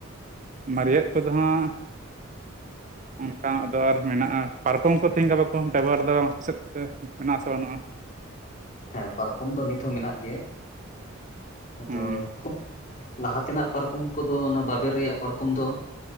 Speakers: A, on the right; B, on the left.
A: ᱢᱟᱨᱮᱭᱟᱜ ᱠᱚᱫᱚ ᱦᱟᱸᱜ ᱚᱱᱠᱟᱱᱟᱜ ᱫᱚ ᱟᱨ ᱢᱮᱱᱟᱜᱼᱟ ᱯᱟᱨᱠᱚᱢ ᱠᱚ ᱛᱤᱦᱤᱧ ᱜᱟᱯᱟ ᱠᱚ ᱵᱮᱵᱚᱦᱟᱨ ᱫᱟ ᱟᱯᱮ ᱥᱮᱫ ᱥᱮ ᱢᱮᱱᱟᱜ ᱟᱥᱮ ᱵᱟᱹᱱᱩᱜᱼᱟ
B: ᱦᱮᱸ ᱯᱟᱨᱠᱚᱢ ᱫᱚ ᱱᱤᱛᱦᱚᱸ ᱢᱮᱱᱟᱜ ᱜᱮᱭᱟ ᱟᱫᱚ
A: ᱦᱩᱸ
B: ᱠᱷᱩᱵᱽ ᱞᱟᱦᱟ ᱛᱮᱱᱟᱜ ᱯᱟᱨᱠᱚᱢ ᱠᱚᱫᱚ ᱚᱱᱟ ᱵᱟᱵᱮᱨ ᱨᱮᱭᱟᱜ ᱯᱟᱨᱠᱚᱢ ᱫᱚ